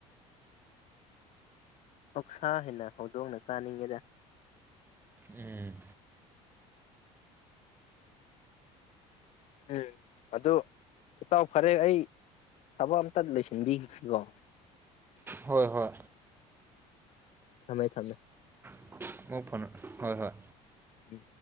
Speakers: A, on the left; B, on the right.
A: ꯍꫭꯛꯁꯥ ꯍꯦꯟꯅ ꯍꯧꯗꯣꯡꯅ ꯆꯥꯅꯤꯡꯉꯦꯗ
B: ꯎꯝ
A: ꯎꯝ ꯑꯗꯨ ꯏꯇꯥꯎ ꯐꯔꯦ ꯑꯩ ꯊꯕꯛ ꯑꯝꯇ ꯂꯣꯏꯁꯤꯟꯕꯤꯒꯣ
B: ꯍꯣꯏ ꯍꯣꯏ
A: ꯊꯝꯃꯦ ꯊꯝꯃꯦ
B: <unintelligible> ꯍꯣꯏ ꯍꯣꯏ
A: ꯎꯝ